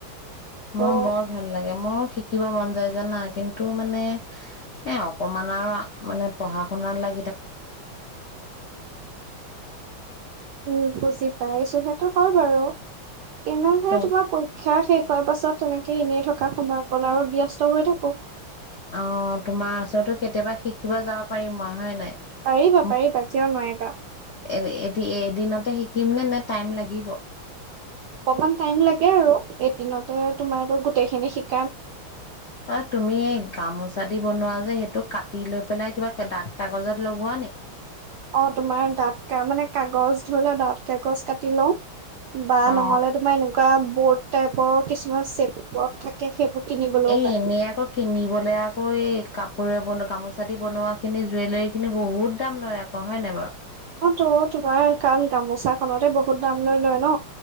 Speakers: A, on the right; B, on the left.
A: ত
B: মোৰ বৰ ভাল লাগে, মোৰ শিকিব মন যায় জানা, কিন্তু মানে এ অকমান আৰু মানে
A: উম, বুজি পাইছো সেইটো হয় বাৰু। এনেও হ'লে
B: ত
A: তোমাৰ পৰীক্ষা আছে। শেষ হোৱাৰ পাছত তেনেকে এনেই থকা সময়কন আৰু ব্যস্ত হৈ থাকোঁ।
B: অ' তোমাৰ ওচৰতো কেতিয়াবা শিকিব যাব পাৰিম মই হয় নাই??
A: পাৰিবা
B: মোক
A: পাৰিবা কিয় নোৱাৰিবা
B: এ এতি এ দিনতে শিকিম নে? নে টাইম লাগিব?
A: অকমান টাইম লাগে আৰু এদিনতে তোমাৰটো গোটেই খিনি শিকি
B: আৰু তুমি গামোচাত বনোৱা যে সেইটো কাটি লৈ পেলাই কিবা ডাঠ কাগজত লগোৱা নে?
A: অ' তোমাৰ ডাঠ কা মানে কাগজ মানে ডাঠ কাগজ কাটি লওঁ। বা
B: অ
A: নহলে তোমাৰ এনেকুৱা, বহুত টাইপৰ কিছুমান চেপত থাকে সেইবোৰ কিনিবলৈও
B: এ
A: পায়।
B: এনেই আকৌ, কিনিবলে আকৌ এই কাপোৰে বনো, গামোচাদি বনোৱা খিনি জুৱেলৰী খিনি বহুত দাম লয় আকৌ হয় নাই বাৰু?
A: অ তো, তোমাৰ কাৰণ গামোচা খনতে বহুত দাম লৈ লয় ন।